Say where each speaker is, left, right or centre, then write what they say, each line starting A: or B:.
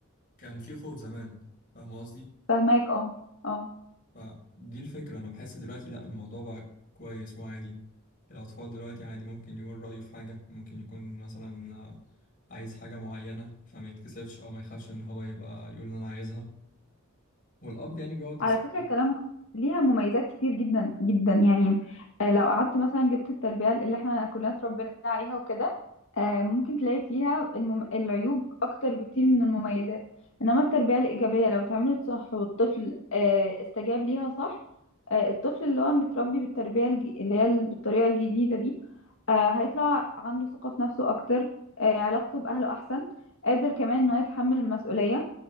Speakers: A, on the left (about 40°); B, on the left (about 60°).
A: كان في خوف زمان فاهم قصدي
B: فاهماك اه اه
A: فدي الفكرة أنا بحس دلوقتي لأ الموضوع بقى كويس وعادي الأطفال دلوقتي عادي ممكن يقول رأيه في حاجة ممكن يكون مثلا آه، عايز حاجة معينة فما يتكسفش أو ما يخافش إن هو يبقى يقول إن أنا عايزها والأب يعني بيقعد يسمع
B: على فكرة كلامك ليها مميزات كتير جدا جدا يعني آه، لو قعدت مثلا جبت التربية اللي احنا كلنا اتربينا عليها وكده آه، ممكن تلاقي فيها المم... العيوب أكتر بكتير من المميزات إنما التربية الإيجابية لو اتعملت صح والطفل آه، استجاب ليها صح آه، الطفل اللي هو متربي بالتربية الج... اللي هي ال- بالطريقة الجديدة دي آه، هيطلع عنده ثقة في نفسه أكتر آه، علاقته بأهله أحسن قادر كمان إنه يتحمل المسؤولية